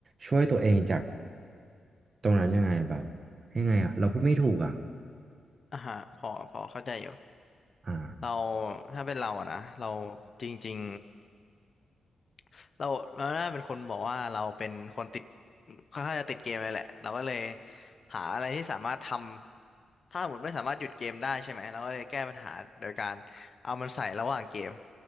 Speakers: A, on the right; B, on the left.
A: ช่วยตัวเองจากตรงนั้นยังไงแบบยังไงอ่ะเราพูดไม่ถูกอ่ะ
B: อ่าฮะพอพอเข้าใจอยู่
A: อ่า
B: เราถ้าเป็นเราอะนะเราจริงๆเราเราน่าเป็นคนบอกว่าเราเป็นคนติดค่อนข้างจะติดเกมเลยแหละเราก็เลยหาอะไรที่สามารถทำถ้าสมมติไม่สามารถหยุดเกมได้ใช่ไหมเราก็เลยแก้ปัญหาโดยการเอามันใส่ระหว่างเกม